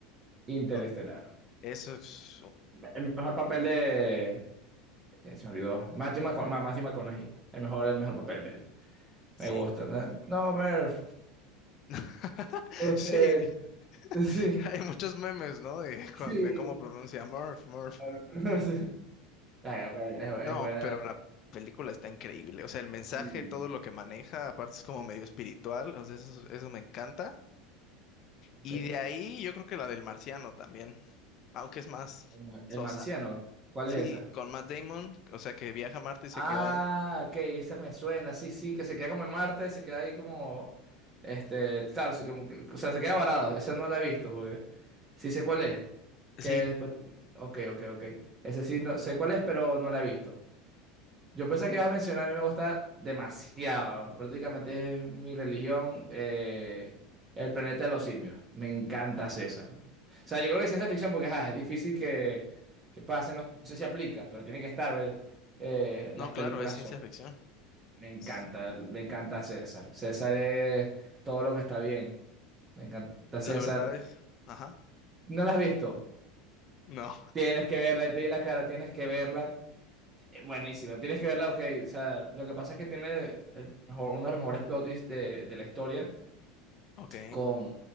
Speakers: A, on the right; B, on the left.
A: Interestelar.
B: Creo- Eso es...
A: El mejor papel de... eh, se me olvidó. Matthew McCona- Ma- Matthew McConaughey. El mejor, el mejor papel de él.
B: Sí,
A: Me gusta. ¿no? No, Merv.
B: <laughs>
A: Este,
B: sí.
A: sí,
B: Hay muchos memes, ¿no? De,
A: sí.
B: cuan- de cómo pronuncia Murph, Murph.
A: Ay, <laughs> Es buena.
B: No,
A: es buena.
B: pero la película está increíble. O sea, el mensaje,
A: Y,
B: todo lo que maneja, aparte es como medio espiritual. O sea, eso, eso me encanta.
A: ok,
B: Y de ahí yo creo que la del marciano también, aunque es más
A: El mar-
B: sosa.
A: El marciano. ¿Cuál
B: Sí,
A: es esa?
B: con Matt Damon, o sea, que viaja a Marte y se
A: Ah,
B: queda ahí.
A: ok, esa me suena, sí, sí, que se queda como en Marte, se queda ahí como, este, claro, se, como que- o sea, se queda varado, esa no la he visto, porque sí sé cuál es,
B: Sí,
A: que después, ok, ok, ok, esa sí, no sé cuál es, pero no la he visto. Yo pensé que ibas a mencionar, a mí me gusta demasiado. Prácticamente es mi religión, eh, el planeta de los simios. Me encanta César. O sea, yo creo que ciencia ficción, porque ajá, es difícil que, que pase, no sé si aplica, pero tiene que estar. ¿ves? Eh,
B: no,
A: las
B: claro,
A: películas
B: es ciencia
A: son.
B: ficción.
A: Me encanta,
B: S-
A: me encanta César. César es todo lo que está bien. Me encanta
B: La
A: César.
B: verdad es, ajá,
A: ¿No la has visto?
B: no,
A: Tienes que verla, y te di la cara, tienes que verla. Eh, Buenísima, tienes que verla, ok. O sea, lo que pasa es que tiene el mejor, uno de los mejores plot twists de, de la historia
B: ok.
A: con,